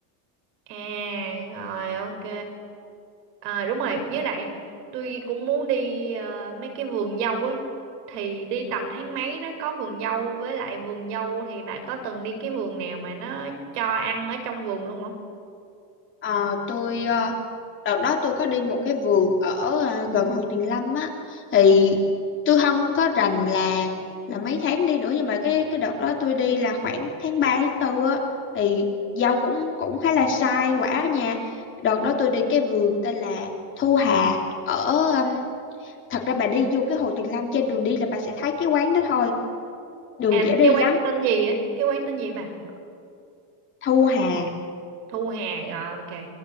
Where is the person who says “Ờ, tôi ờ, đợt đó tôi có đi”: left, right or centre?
Left